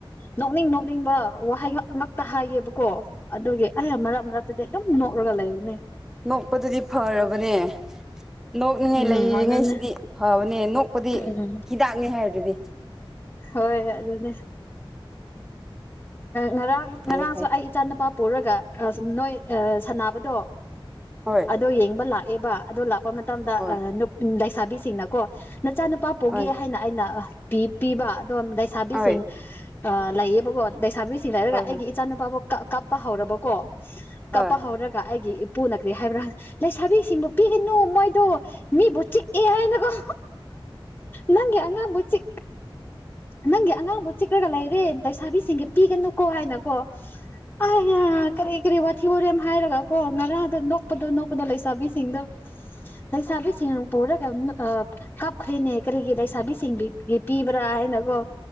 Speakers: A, on the left; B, in the centre.
A: ꯅꯣꯛꯅꯤꯡ ꯅꯣꯛꯅꯤꯡꯕ ꯋꯥꯍꯩ ꯉ ꯇ ꯍꯥꯏꯌꯦꯦꯕꯀꯣ ꯑꯗꯨꯒꯤ ꯑꯩ ꯃꯔꯛ ꯃꯔꯛꯇꯗꯤ ꯑꯗꯨꯝ ꯅꯣꯛꯂꯒ ꯂꯩꯕꯅꯦ
B: ꯅꯣꯛꯄꯗꯨꯗꯤ ꯐꯔꯕꯅꯦ ꯅꯣꯛꯂꯤꯉꯩ
A: ꯎꯝ
B: ꯂꯩꯔꯤꯉꯩꯁꯤꯗꯤ
A: ꯑꯗꯨꯅꯦ
B: ꯐꯕꯅꯦꯣꯛ ꯄꯄꯗꯤ
A: ꯎꯝ
B: ꯍꯤꯗꯥꯛꯅꯤ ꯍꯥꯏꯔꯗꯨꯗꯤ
A: ꯍꯣꯏ ꯑꯗꯨꯅꯦ ꯉꯔꯥꯡ
B: ꯐꯩ
A: ꯉꯔꯥꯡꯁꯨ
B: ꯐꯩ
A: ꯑꯩ ꯏꯆꯥ ꯅꯨꯄꯥ ꯄꯨꯔꯒ ꯑ ꯅꯣꯏ ꯁꯥꯟꯅꯕꯗꯣ
B: ꯍꯣꯏ
A: ꯑꯗꯣ ꯌꯦꯡꯕ ꯂꯥꯛꯑꯦꯕ ꯑꯗ ꯄ ꯃꯇꯝꯗ
B: ꯍꯣꯏ
A: ꯂꯩꯁꯥꯕꯤꯁꯤꯡꯅꯀꯣ ꯅꯆꯥꯅꯨꯄꯥ ꯄꯨꯒꯦ
B: ꯍꯣꯏ
A: ꯍꯥꯏꯅ ꯑꯩꯅ ꯄꯤꯕ ꯑꯗꯨꯣꯝ ꯂꯩꯁꯥꯕꯤꯁꯤꯡ
B: ꯍꯣꯏ
A: ꯂꯩꯌꯦꯕꯀꯣ ꯂꯩꯁꯥꯕꯤ ꯁꯤ ꯂꯩꯔꯒ
B: ꯍꯣꯏ ꯍꯣꯏ
A: ꯑꯩꯒꯤ ꯏꯆꯥꯅꯨꯄꯥꯕꯨ ꯀꯞꯄ ꯍꯧꯔꯕꯀꯣ
B: ꯍꯣꯏ
A: ꯀꯞꯄ ꯍꯧꯔꯒ ꯑꯩꯒꯤ ꯄꯣꯟꯅꯈ꯭ꯔꯦ ꯍꯥꯏꯕ꯭ꯔꯥ ꯂꯩꯁꯥꯕꯤꯁꯤꯡꯕꯨ ꯄꯤꯒꯅꯨ ꯃꯣꯏꯗꯣ ꯃꯤꯕꯨ ꯆꯤꯛꯑꯦ ꯍꯥꯏꯅꯀꯣ ꯅꯪꯦ ꯑꯉꯥꯡꯝꯕ ꯆꯤ ꯅꯪꯒꯤ ꯑꯉꯥꯡꯕꯨ ꯆꯤꯛ꯭ꯔꯒꯂ ꯏꯔꯦ ꯄꯩꯁꯥꯕꯤꯁꯤꯡꯒꯤꯦ ꯄꯤꯒꯅꯨ ꯀꯣ ꯍꯥꯏꯅꯀꯣ ꯑꯩ ꯀꯔꯤ ꯀꯔꯤ ꯋꯥꯊꯤ ꯋꯥꯝ ꯍꯥꯏꯔꯒ ꯀꯣ ꯉꯔꯥꯡꯗꯣ ꯅꯣꯛꯄꯗꯣ ꯅꯣꯛꯄꯗꯣ ꯂꯩꯁꯥꯕꯤꯁꯤꯡꯗꯣ ꯂꯩꯩꯁꯕꯤꯁꯤꯉ ꯄꯔꯒ ꯀꯥꯞꯈ꯭ꯔꯦꯅꯦ ꯀꯔꯤꯒꯤ ꯂꯩꯁꯥꯕꯤꯁꯤꯡ ꯄꯤꯕ꯭ꯔꯥ ꯍꯥꯏꯅꯀꯣ